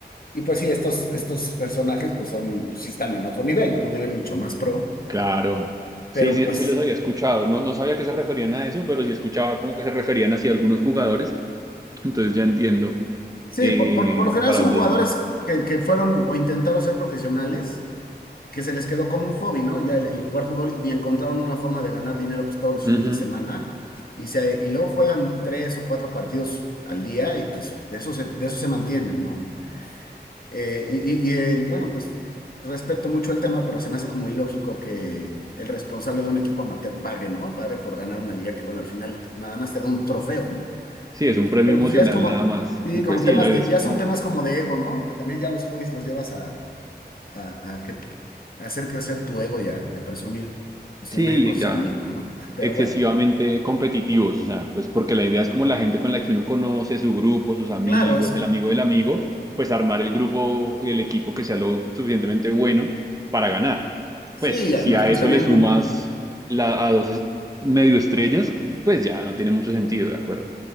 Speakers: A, on the left (about 60°); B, on the right (about 20°).
A: Y pues sí, estos, estos personajes pues son, sí están en otro nivel, ¿no? un nivel mucho más pro,
B: claro. Sí,
A: pero
B: sí,
A: pues
B: sí los había escuchado. No, no sabía que se referían a eso, pero sí escuchaba como que se referían hacia algunos jugadores. Entonces ya entiendo
A: sí,
B: eh,
A: por, por, por lo general
B: para
A: son
B: dónde
A: jugadores
B: iba.
A: que, que fueron o intentaron ser profesionales que se les quedó como un hobby, ¿no? Ya el, el jugar fútbol y encontraron una forma de ganar dinero pues todos los
B: Ujú.
A: fines de semana y, se, y luego juegan tres o cuatro partidos al día y pues de eso se, de eso se mantienen, ¿no? Eh, y, y- y el, bueno, pues respeto mucho el tema, pero se me hace como ilógico que el responsable de un equipo amateur pague, ¿no? Pague por ganar una liga que, bueno, al final nada más te da un trofeo, ¿no?
B: Sí, es un premio
A: Pero
B: emocional
A: pues ya es como,
B: nada más.
A: sí,
B: Y pues
A: como
B: sí,
A: temas
B: la idea
A: de,
B: es
A: ya
B: como
A: son temas como de ego, ¿no? Que también ya los hobbies los llevas a, a, a que- a hacer crecer tu ego y a, y a presumir pues,
B: Sí,
A: tu imagen con sus
B: ya
A: amigos, ¿no? Pero
B: excesivamente
A: bueno,
B: competitivos, o sea, pues porque la idea es como la gente con la que uno conoce, su grupo, sus amigos,
A: claro, es
B: el amigo del amigo, pues armar el grupo y el equipo que sea lo suficientemente bueno para ganar.
A: sí,
B: Pues
A: y
B: si
A: además
B: a
A: pues
B: eso
A: también,
B: le sumas la, a dos es- medio estrellas, pues ya no tiene mucho sentido, ¿de acuerdo?